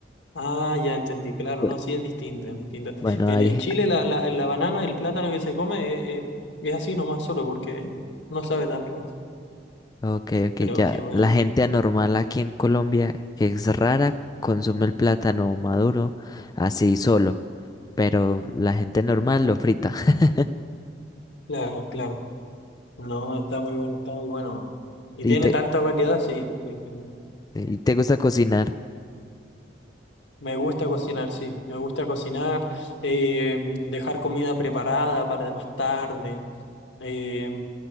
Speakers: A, on the left; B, on the left.
A: Ah, ya entendí, claro,
B: Bu-
A: no, sí es distinto, es distinto.
B: Bueno,
A: En,
B: hay
A: en Chile la, la, la banana, el plátano que se come eh, eh, es así nomás solo porque no sabe tan raro.
B: Ok, ok,
A: Pero
B: ya.
A: qué bueno,
B: La gente anormal aquí en Colombia, que es rara, consume el plátano maduro así solo, pero la gente normal lo frita. <laughs>
A: claro, claro. No, está muy bueno, está muy bueno. Y
B: ¿Y
A: tiene
B: te,
A: tanta variedad, sí. sí, sí.
B: y te gusta cocinar?
A: Me gusta cocinar, sí, me gusta cocinar, eh, dejar comida preparada para más tarde. Eh,